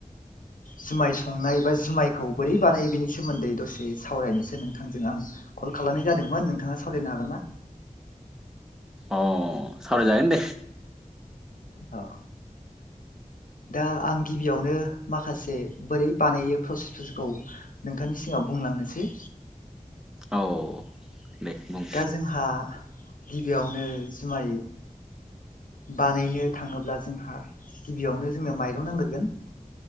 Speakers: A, on the left; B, in the centre.
A: जुमाय संनाय बा जुमायखौ बोरै बानायो बिनि सोमोन्दै दसे सावरायनायसो नोंथांजों आं कल खालामनाय जादोंमोन नोंथाङा सावरायनो हागोन ना
B: अ सावरायजागोन दे
A: औ दा आं गिबियावनो माखासे बोरै बानायो प्रसेसफोरखौ नोंथांनि सिगाङाव बुंलांनोसै
B: औ दे बुं
A: दा जोंहा गिबियावनो जुमाय बानायनो थाङोब्ला जोंहा गिबियावनो जोंनो माइरं नांगोरगोन